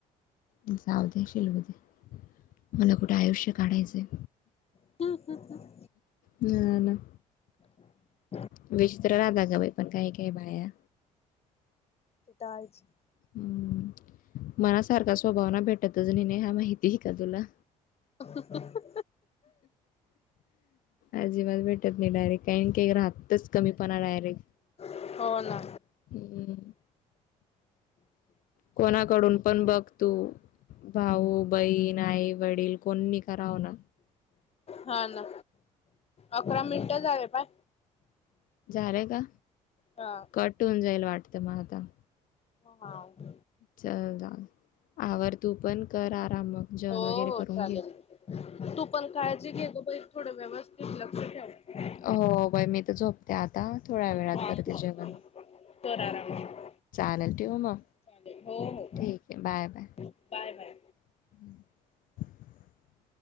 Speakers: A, on the left (about 60°); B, on the left (about 40°).
A: जाउ दे शिलगू दे. तुला कुठे आयुष्य काढायचंय?
B: <inaudible>
A: हा ना.
B: <inaudible>
A: विचित्र राहतात ग बाई पण काय काय बाया.
B: ते ताज.
A: हम्म मनासारखा स्वभावना भेटतच नि नाहीय हा माहिती ही का तुला.
B: <unintelligible>
A: अजिबात भेटत नाही डायरेक्ट काही काही राहतच कमीपणा डायरेक,
B: हो ना
A: हम्. कोणाकडून पण बघ. तू भाऊ, बहीण, आई, वडील कोणणी कराव ना.
B: हा ना, अकरा मिनिट झाले पाय.
A: झालंय का?
B: हा.
A: कट होऊन जाईल वाटतं म आता.
B: <unintelligible>
A: चला आवर तू पण कर आराम मग जेवण
B: हो
A: वगैरे
B: हो
A: करून
B: चालेल
A: घे.
B: तू पण काळजी घे ग बाई थोडं व्यवस्थित लक्ष ठेव.
A: हो बाई मी तर झोपते आता थोड्या वेळात
B: ठेव.
A: करते जेवण.
B: कर आराम.
A: चालल ठेवू म.
B: चालेल हो हो.
A: ठीक आहे बाय बाय.
B: Bye bye.
A: <inaudible>